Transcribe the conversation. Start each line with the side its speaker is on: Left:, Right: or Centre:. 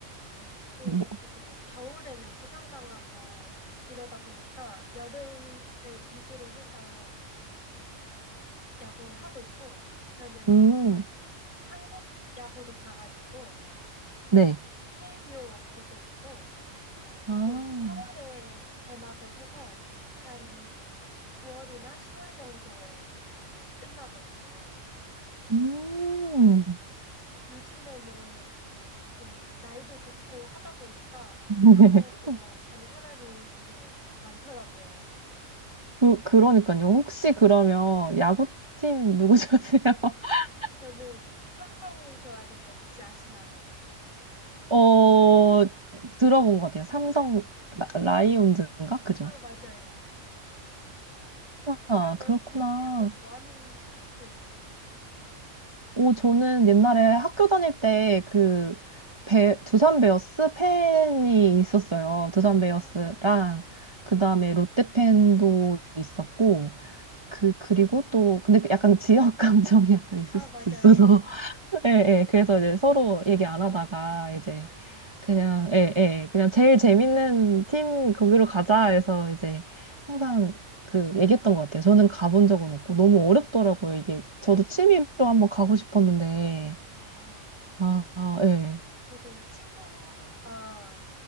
Left: 네, 보통
Right: 뭐,
Left: 이제 겨울에는 부상당하고 이러다 보니까 여름을 위주로 해서 어, 야구 하고 있고 저는
Right: 음,
Left: 그 한국 야구를 봐가지고
Right: 네.
Left: 이제 KBO 보고 있고 어, 보통
Right: 아,
Left: 4월에 개막을 해서 한 9월이나 10월 정도에 이제 끝나거든요.
Right: 음.
Left: 그래서 요즘에는 좀 날도 좋고 하다 보니까
Right: <laughs>
Left: 야구 보러 가는 사람이 되게 많더라고요.
Right: 그, 그러니까요. 혹시 그러면 야구팀
Left: 네.
Right: 누구 좋아하세요? <laughs>
Left: 저는 삼성 좋아하는데 혹시 아시나요?
Right: 어, 들어본 것 같아요. 삼성 라, 라이온즈인가? 그죠?
Left: 아, 맞아요. 주변에
Right: 아, 그렇구나.
Left: 혹시 야구 좋아하는 사람도 있나요?
Right: 오, 저는 옛날에 학교 다닐 때 그 배, 두산 베어스 팬이 있었어요. 두산
Left: 아,
Right: 베어스랑 그다음에 롯데 팬도 있었고 그 그리고 또 근데 그 약간 지역 <laughs> 감정이 약간 있을
Left: 아,
Right: 수
Left: 맞아요.
Right: 있어서 예, 예. 그래서 이제 서로 얘기 안 하다가 이제
Left: 아,
Right: 그냥, 예, 예. 그냥 제일 재밌는 팀 거기로 가자 해서 이제 항상 그 얘기했던 것 같아요. 저는 가본 적은 없고 너무 어렵더라고요. 이게 저도 취미로 한번 가고 싶었는데.
Left: 어,
Right: 아, 아, 예.
Left: 저도 친구가